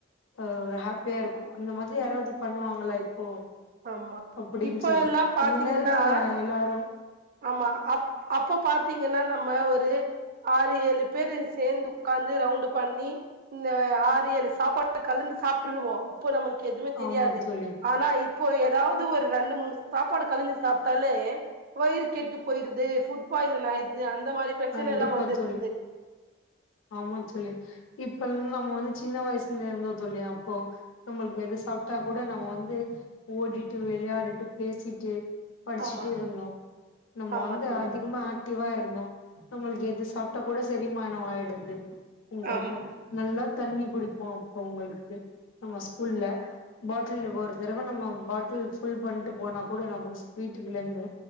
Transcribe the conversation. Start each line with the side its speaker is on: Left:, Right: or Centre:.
Left: அ ஹாப்பியா இருக்கு இந்த மாரி யாராவது பண்ணுவாங்களா இப்போ
Right: ஆமா.
Left: அப்டின்னு
Right: இப்ப
Left: சொல்லி
Right: எல்லா பாத்தீங்கன்னா
Left: அந்த நேரத்துல எல்லாரு
Right: ஆமா அப் அப்போ பாத்தீங்கன்னா நம்ம ஒரு ஆறு ஏழு பேரு சேந்து உட்காந்து ரவுண்டு பண்ணி இந்த ஆறு ஏலு சாப்பாட கலந்து சாப்பிற்டுவோ அப்ப நம்மளுக்கு எதுவுமே தெரியாது
Left: ஆமா தோழி
Right: ஆனா இப் இப்போ ஏதாவது ஒரு ரெண்டு மூணு சாப்பாடு கலந்து சாப்ட்டாலே வயிறு கெட்டு போய்ருது ஃபுட் பாய்சன் ஆயிருது அந்த மாரி பிரச்சன
Left: கண்டிப்பா
Right: எல்லா வந்துருது
Left: தோழி ஆமா தோழி இப்ப நம்ம வந்து சின்ன வயசுல இருந்தோ தோழி அப்போ நம்மளுக்கு எது சாப்ட்டாகூட நம்ப வந்து ஓடிட்டு விளயாடிட்டு பேசிட்டு படிச்சுட்டே
Right: ஆமா
Left: இருந்தோ நம்ம
Right: ஆமா
Left: வந்து
Right: தோழி
Left: அதிகமா ஆக்டிவா இருந்தோ நம்மளுக்கு எது சாப்ட்டா கூட செரிமானோ ஆயிடுது உங்கள்க்கு
Right: ஆமா
Left: நல்லா தண்ணி குடிப்போ அப்போ உங்கள்க்கு நம்ப ஸ்கூல்ல பாட்டில்டு ஒரு தடவ நம்ம பாட்டில் ஃபுல் பண்ட்டு போனா கூட நம்ம வீட்டுக்குலந்து